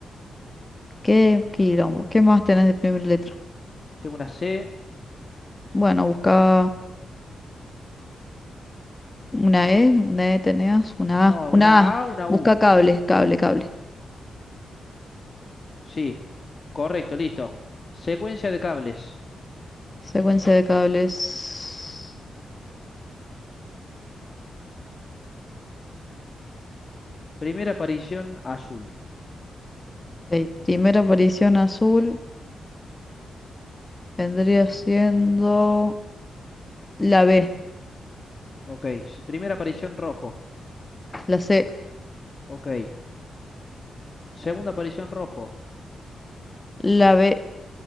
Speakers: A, on the left; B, on the left.
A: Qué quilombo. ¿Qué más tenés de primera letra?
B: Tengo una C.
A: Bueno, busca una E, una E tenías, una
B: No,
A: A, una
B: una
A: A.
B: A, una
A: Busca
B: U.
A: cable, cable, cable.
B: Sí. Correcto, listo. Secuencia de cables.
A: Secuencia de cables.
B: Primera aparición azul.
A: Ok, primera aparición azul vendría siendo la B,
B: Ok. s- Primera aparición rojo.
A: la C,
B: Ok. Segunda aparición rojo.
A: la B.